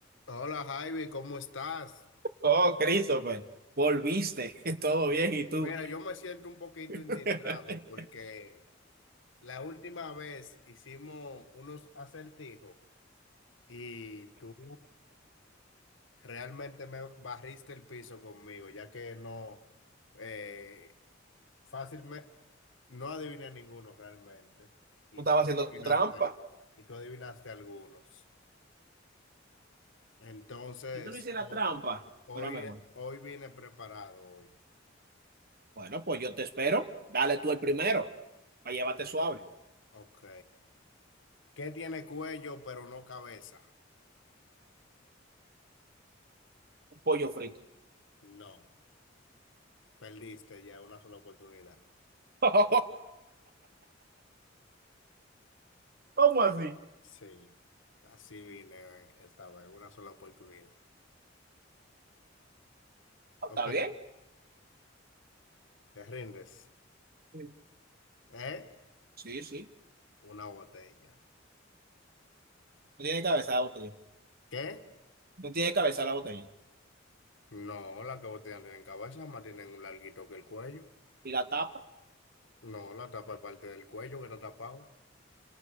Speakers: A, on the left (about 75°); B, on the right (about 50°).
A: Hola Javi, ¿cómo estás?
B: Oh, Christopher, volviste, <laughs> todo bien, ¿y tú?
A: Mira, yo me siento un poquito indignado
B: <laughs>
A: porque la última vez hicimos unos acertijos y tú realmente me barriste el piso conmigo, ya que no eh, fácilmente no adiviné ninguno realmente y
B: Tú estabas
A: tú adivinaste,
B: haciendo trampa.
A: y tú adivinaste algunos. Entonces,
B: Si tú no hicieras
A: ho-
B: trampa,
A: hoy,
B: fuera mejor.
A: hoy vine preparado hoy.
B: Bueno, pues yo te espero. Dale tú el primero, para llevarte suave.
A: Ok. ¿Qué tiene cuello pero no cabeza?
B: Un pollo frito.
A: No, perdiste ya una sola oportunidad.
B: <laughs> ¿Cómo así?
A: Sí, así vine esta vez, una sola oportunidad.
B: Oh,
A: Ok,
B: ¿Está bien?
A: te rindes.
B: Sí.
A: ¿Eh?
B: Sí, sí.
A: Una botella.
B: No tiene cabeza la botella.
A: ¿Qué?
B: No tiene cabeza la botella.
A: No, las que botellas no tienen cabeza, más tienen un larguito que el cuello.
B: ¿Y la tapa?
A: No, la tapa es parte del cuello que está tapado.